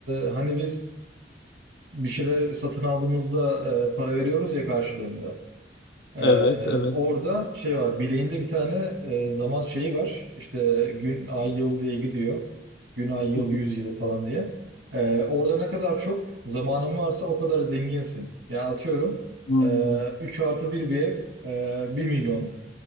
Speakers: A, on the right (about 85°); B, on the left (about 65°).
A: hani biz bir şeyler satın aldığımızda e, para veriyoruz ya karşılığında. E,
B: Evet, evet.
A: orada şey var bileğinde bir tane e, zaman şeyi var. İşte gün, ay, yıl diye gidiyor. Gün, ay, yıl,
B: Hı hı.
A: yüz yıl falan diye. E, orada ne kadar çok zamanın varsa o kadar zenginsin. Ya atıyorum
B: Hmm.
A: e, 3 artı bir bir ev e, 1 milyon